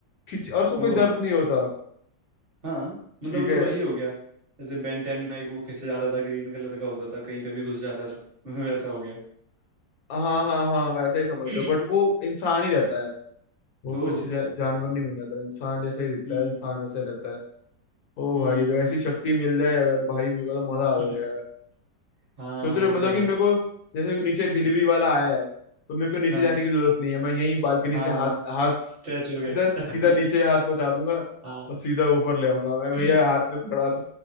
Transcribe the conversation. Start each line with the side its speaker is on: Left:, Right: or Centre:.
Left: खींच और उसको
Right: ओ
Left: कोई दर्द नहीं होता
Right: हाँ
Left: ठीक
Right: मतलब वो तो
Left: है
Right: वही हो गया जैसे बेन टेन में एक वो खींचा जाता था ग्रीन कलर का होता था कहीं पे भी घुस जाता था <laughs> वैसा हो गया <coughs>
Left: हाँ हाँ हाँ वैसा ही समझ
Right: <clears throat>
Left: लो बट वो इंसान ही रहता है वो
Right: ओ
Left: कुछ जा, जानवर नहीं बन जाता इंसान जैसा ही दिखता
Right: हम्म
Left: है इंसान जैसा ही रहता है ओ
Right: हम्म
Left: भाई वैसी शक्ति मिल जाए अगर भाई मेरे को तो मजा
Right: <laughs>
Left: आ जाएगा
Right: हाँ
Left: सोच रहे
Right: वो
Left: हो मतलब
Right: तो है
Left: कि मेरे को जैसे नीचे डिलीवरी वाला आया है तो मेरे को नीचे
Right: हाँ
Left: जाने की जरूरत नहीं है मैं यहीं बालकनी
Right: हाँ
Left: से हाथ हाथ
Right: स्ट्रेच हो
Left: सीधा
Right: गए
Left: सीधा नीचे
Right: <laughs>
Left: हाथ पहुंचा दूंगा
Right: हाँ
Left: और सीधा ऊपर ले आऊंगा मैं
Right: <coughs>
Left: भैया हाथ
Right: <clears throat>
Left: में पकड़ा दो